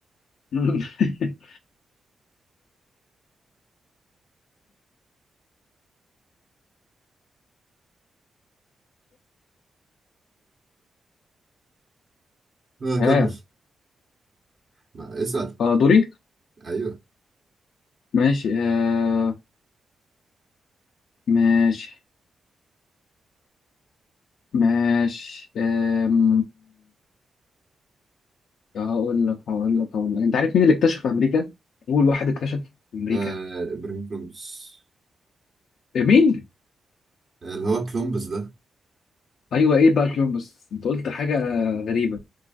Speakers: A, on the left (about 80°); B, on the right (about 50°).
A: <laughs>
B: آه
A: ها
B: كمل مع... اسأل
A: اه دوري
B: أيوه
A: ماشي آه... ماشي ماشي آم... هقول لك هقول لك هقول لك انت عارف مين اللي اكتشف امريكا؟ اول واحد اكتشف امريكا
B: آه إبراهيم كولومبوس
A: إيه، مين؟
B: اللي هو كلومبس ده
A: ايوه ايه بقى كولومبوس انت قلت حاجه غريبه